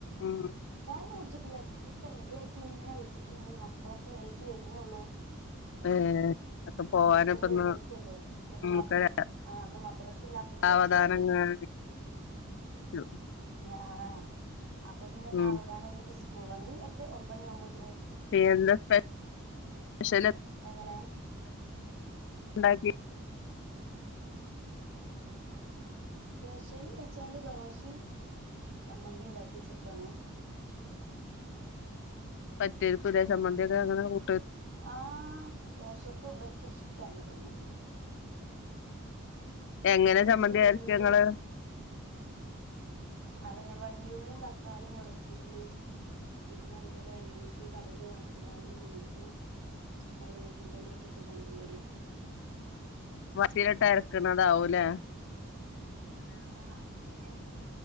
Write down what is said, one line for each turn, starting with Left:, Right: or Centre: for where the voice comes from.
Left: ഉം
Right: ചായ ഒന്നും കുടിച്ചിട്ടില്ല ചായ ക്കെ റെഡി ആക്കി ഇങ്ങനെ വെച്ചിട്ടുണ്ട് മക്കളൊക്കെ എണീറ്റ് വരുന്നുള്ളു
Left: ഏഹ് ഒക്കെ പോവാനിപ്പന്ന്
Right: അപ്പപ്പ ഇന്ന് വെള്ളിയാഴ്ചയല്ലേ ഇന്നപ്പോ ആഹ്
Left: ഒക്കെ
Right: ഒന്ന് മദ്രസ ഇല്ലാത്ത ദിവസം
Left: സാവധാനങ്ങനെ
Right: അല്ലേ
Left: <unintelligible>
Right: ആ ആ അപ്പൊ പിന്നെ സാവധാനം
Left: ഉം
Right: സ് സ്കൂൾ വണ്ടി എട്ട് ഒമ്പത് മണി
Left: <unintelligible> പക്ഷേ
Right: ഹലോ
Left: ഉണ്ടാക്കി
Right: സ്പെഷ്യൽ വെച്ചാല് ദോശയും ചമ്മന്തിയും ഉണ്ടാക്കി വെച്ചേക്കുവാണ്
Left: പറ്റേര്ക്കുല്ലേ ചമ്മന്തി യൊക്കെ അങ്ങനെ കൂ
Right: ആഹ് ദോശക്ക് ഇബൽകിഷ് ടാണ് ചമ്മന്തി
Left: എങ്ങനെ ചമ്മന്തി
Right: വെച്ചാ ഈ വെല്ലുള്ളി
Left: അരക്ക ഇങ്ങള്
Right: അതന്നെ വല്ലിള്ളിയും തക്കാളിയും വെളുത്തുള്ളി പിന്നെ അതുപോലെ എണ്ണീക്ക് കടുക് വറുത്തുകാണ്ട് ഉഴുന്നും കറിവേപ്പിൻറലൊക്കെ ഇട്ടുകാണ്ട്ല്ലൊരു
Left: മിക്സിലിട്ട് അരക്ക്ണതാവും ല്ലെ
Right: ആഹ്